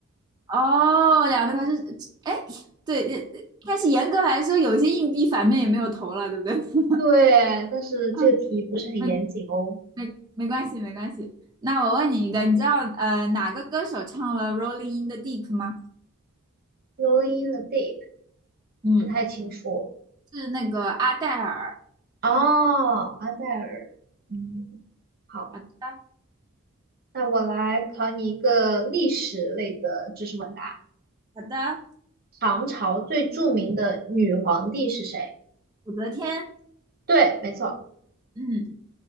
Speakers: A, on the right; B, on the right.
A: 哦，两个头是，哎，对，呃但是严格来说，有一些硬币反面也没有头了，对不对？<laughs>
B: 对，但是这个题不是很严谨哦。
A: 啊，没没没关系，没关系。那我问你一个，你知道呃哪个歌手唱了《Rolling in the Deep》吗？
B: Rolling in the deep，
A: 嗯，
B: 不太清楚。
A: 是那个阿黛尔。
B: 哦，阿黛尔，嗯，好，
A: 好的，
B: 那我来考你一个历史类的知识问答。
A: 好的，
B: 唐朝最著名的女皇帝是谁？
A: 武则天。
B: 对，没错，
A: 嗯。